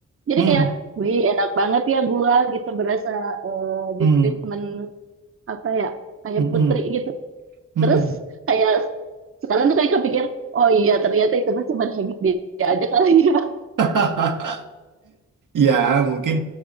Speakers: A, on the right (about 45°); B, on the right (about 80°).
A: Jadi
B: hmm,
A: kayak wih enak banget ya gua gitu berasa eh, di
B: hmm,
A: treatment apa ya kayak
B: hmm,
A: putri gitu
B: hmm,
A: Terus
B: hmm.
A: kayak sekarang tuh kayak kepikir, oh iya ternyata itu mah cuma habit dia aja kali ya. <laughs>
B: <laughs> Ya, mungkin